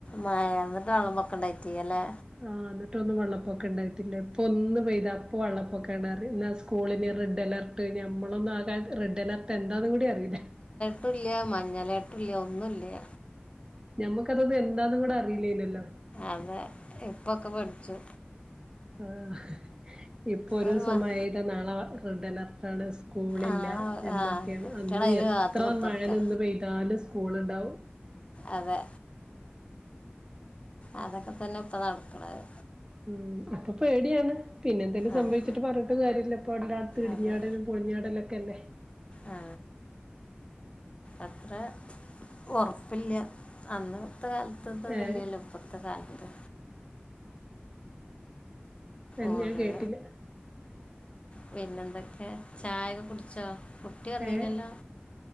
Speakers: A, on the left; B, on the right.
A: മഴേ ന്നട്ട് വെള്ളപ്പൊക്കം ഇണ്ടായ്റ്റിയ്യ ല്ലേ
B: ആഹ് ന്നട്ടൊന്നും വെള്ളപ്പൊക്ക ഇണ്ടായിട്ടില്ല്യ ഇപ്പൊ ഒന്ന് പെയ്താ അപ്പൊ വെള്ളപ്പൊക്കാണ് അറിം ന്നാ സ് സ്കൂളിന് റെഡ് അലർട്ട് ഞമ്മളൊന്നും ആ കാലത്ത് റെഡ് അലർട്ട് എന്താന്നും കൂടി അറീല
A: ട്ടുല്ല്യ മഞ്ഞ അലേട്ടുല്ല്യ ഒന്നുല്ല്യ
B: ഞമ്മക്കതൊന്നും എന്താന്നും കൂടെ അറിയില്ലേയ്ന്യല്ലോ
A: അതെ ഇപ്പൊക്കെ പഠിച്ചു
B: ആഹ് ഇപ്പൊ ഒരൂസം
A: ഒരു മ-
B: മഴെയ്ത നാളെ റെഡ് അലർട്ട് ആണ് സ് സ്കൂളില്ല
A: ആളെ
B: എന്തൊക്കേണ്
A: ആ കുട്ടികളെ
B: അന്ന്
A: അതിന്
B: എത്ര
A: കാത്ത് കുത്തിർക്ക
B: മഴ നിന്ന് പെയ്താലും സ്കൂള്ണ്ടാവും
A: അതെ അതൊക്കെ തന്നെ ഇപ്പ നടക്ക്ണഹ്
B: ഉം ഇപ്പൊ പേടിയാണ് പിന്നെ എന്തെങ്കിലും
A: അതെ
B: സംഭവിച്ചിട്ട് പർഞ്ഞ്ട്ട് കാര്യല്ല ഇപ്പൊ എല്ലാട്ത്തും ഇടിഞ്ഞാടലും
A: അതെ
B: പൊളിഞ്ഞാടലൊക്കെല്ലെ
A: ആ അത്ര ഒറപ്പില്ല അന്ന് ഇത്ര അട്ത്ത്ത്തൊല്ലോന്നുല്ലല്ലൊ
B: ഏഹ്
A: ഇപ്പത്തെ കാലത്ത്
B: എന്ന്
A: ഓരോ
B: ഞാൻ കേട്ടില്ല
A: പിന്നെന്തൊക്കെ ചായൊക്കെ കുടിച്ചോ കുട്ടി വന്നില്ലല്ലോ
B: ഏഹ്